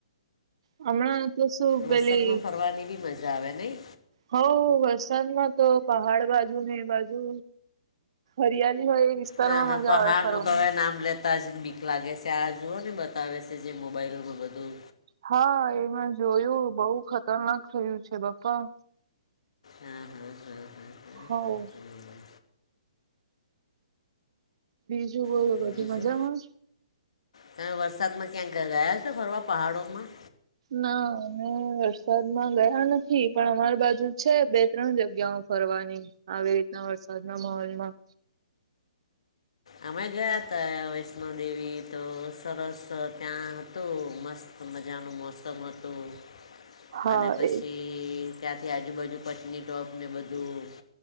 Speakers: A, on the right (about 55°); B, on the left (about 65°).
A: હમણાં તો શું પેલી
B: વરસાદમાં ફરવાની બી મજા આવે નહી.
A: હ, વરસાદમાં તો પહાડ બાજુ ને, એ બાજુ. હરિયાલી હોય. વિસ્તારમાં
B: ના, ના,
A: મજા
B: પહાડ
A: આવે ફરવાની
B: નું તો, હવે નામ લેતા. બતા જને બીક લાગે છે, આ જુઓ ને બતાવે છે, જે મોબાઈલમાં બધું.
A: હા, એમાં જોયું, બઉુ ખતરનાક થયું છે પપ્પા.
B: હા હા હા હા હા
A: હ.
B: હા હા.
A: બીજું બોલો?
B: મતલબ
A: બધી
B: બીજું
A: મજામાં.
B: તમે વરસાદમાં ક્યાંક ગયા છો ફરવા પહાડોમાં?
A: ના, અમે વરસાદમાં ગયા નથી, પણ અમારી બાજુ છે, બે-ત્રણ જગ્યાઓ. ફરવાની આવી રીતના વરસાદ ના માહોલ માં.
B: અમે ગયા તા, વૈષ્ણો દેવી તો સરસ ત્યાં હતું મસ્ત. હ, મજનોનું મોસમ હો હતું.
A: <unintelligible>
B: અને પછી
A: એ
B: ત્યાંથી આજુબાજુ પત્ની ટોપ ને બધું.